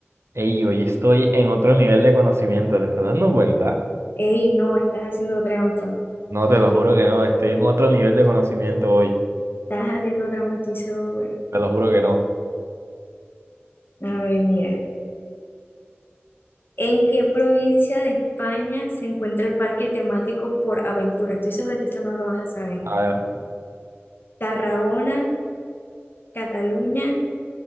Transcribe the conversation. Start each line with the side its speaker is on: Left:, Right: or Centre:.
Right: Ey, hoy estoy en otro nivel de conocimiento, ¿te estás dando cuenta?
Left: Ey, no, estás haciendo trampa.
Right: No, te lo juro que no, estoy en otro nivel de conocimiento hoy.
Left: Estás haciendo trampa, estoy segura.
Right: Te lo juro que no.
Left: A ver, mira. ¿En qué provincia de España se encuentra el parque temático Por Aventura? Estoy segura que esto no lo vas a saber.
Right: A ver,
Left: ¿Tarragona, Cataluña,